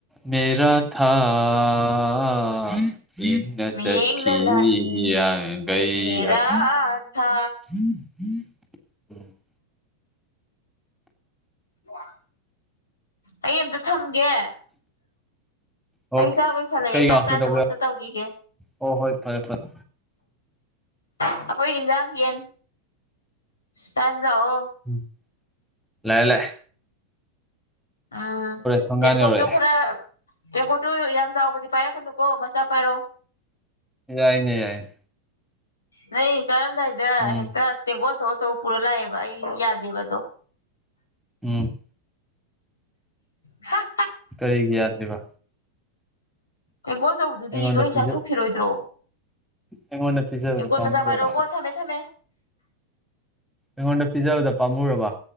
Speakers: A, in the centre; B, on the left.
A: ꯃꯦꯔꯥ ꯊꯥ ꯑꯑꯑꯑ ꯄꯦꯡ ꯅꯆꯠꯈꯤ
B: ꯃꯤꯠꯌꯦꯡꯅ ꯂꯥꯛꯏ
A: ꯍꯤꯌꯥꯡ ꯒꯩ
B: ꯃꯦꯔꯥ
A: ꯑꯁ
B: ꯊꯥ
A: ꯎꯝ <unintelligible>
B: ꯍꯨꯋꯥ <unintelligible> ꯑꯩ ꯑꯝꯇ ꯊꯝꯒꯦ
A: ꯑꯣ
B: ꯑꯩ ꯆꯥꯛ ꯂꯣꯏꯁꯜꯂꯛꯑꯦ
A: ꯀꯩꯅꯣ
B: ꯆꯥꯛ ꯆꯥꯅꯕ
A: ꯀꯩꯗꯧꯕ
B: ꯑꯝꯇ ꯇꯧꯈꯤꯒꯦ
A: ꯑꯣ ꯍꯣꯏ ꯐꯔꯦ ꯐꯔꯦ
B: ꯑꯩꯈꯣꯏ ꯏꯟꯖꯥꯡ ꯌꯦꯟ ꯆꯥꯖꯤ ꯂꯥꯛꯑꯣ
A: ꯎꯝ ꯂꯥꯑꯦ- ꯂꯥꯑꯦ
B: ꯎꯝ
A: ꯊꯣꯡꯒꯥꯟ
B: ꯇꯦꯡ ꯀꯣꯠ
A: ꯌꯧꯔꯛꯑꯦ
B: ꯁꯨ ꯈꯔ ꯇꯦꯝꯀꯣꯠꯇꯨ ꯌꯥꯝ ꯆꯥꯎꯕꯗꯤ ꯄꯥꯏꯔꯛꯀꯅꯨꯀꯣ ꯃꯆꯥ ꯄꯥꯏꯔꯣ
A: ꯌꯥꯏꯅꯦ ꯌꯥꯏ
B: ꯅꯩ ꯆꯥꯔꯝꯗꯥꯏꯗ
A: ꯎꯝ
B: ꯍꯦꯛꯇ ꯇꯦꯡꯒꯣ ꯑꯆꯧ- ꯑꯆꯧꯕ ꯄꯨꯔꯥ ꯂꯥꯛꯑꯦꯕ ꯑꯩ ꯌꯥꯗꯦꯕ ꯑꯗꯣ
A: ꯎꯝ
B: ꯍꯥ
A: ꯀꯔꯤꯒꯤ ꯌꯥꯗ꯭ꯔꯤꯕ
B: ꯇꯦꯡꯒꯣ ꯑꯆꯧꯕꯗꯨꯗꯤ
A: ꯑꯩꯉꯣꯟꯗ
B: ꯂꯣꯏ
A: ꯄꯤꯖ
B: ꯆꯥꯊꯣꯛꯈꯤꯔꯣꯏꯗ꯭ꯔꯣ
A: ꯑꯩꯉꯣꯟꯗ ꯄꯤꯖꯕꯗ
B: ꯇꯦꯡꯀꯣꯠ
A: ꯄꯥꯝꯃꯨꯔꯕ
B: ꯃꯆꯥ ꯃꯆꯥ ꯄꯥꯏꯔꯛꯑꯣꯀꯣ ꯊꯝꯃꯦ ꯊꯝꯃꯦ
A: ꯑꯩꯉꯣꯟꯗ ꯄꯤꯖꯕꯗ ꯄꯥꯝꯃꯨꯔꯕ